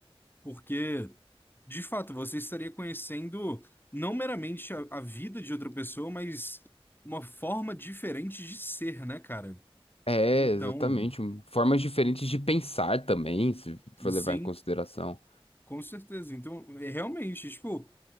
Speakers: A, on the left (about 20°); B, on the left (about 75°).
A: Porque, de fato, você estaria conhecendo não meramente a, a vida de outra pessoa, mas uma forma diferente de ser, né, cara?
B: É,
A: Então,
B: exatamente. Formas diferentes de pensar também, se for
A: e sim.
B: levar em consideração.
A: Com certeza. Então, é realmente, tipo,